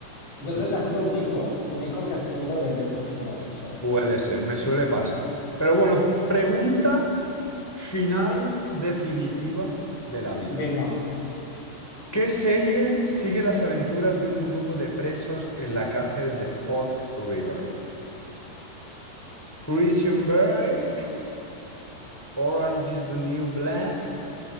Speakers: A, on the left; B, in the centre.
A: yo
B: Sí,
A: creo
B: sí.
A: que ha sido un eco, un eco que has tenido de dentro que te lo ha dicho.
B: Puede ser, me suele pasar. Pero bueno, pregunta final definitiva de la vida.
A: Venga.
B: ¿Qué serie sigue las aventuras de un grupo de presos en la cárcel de Fox River? Prison Break, Orange is the New Black,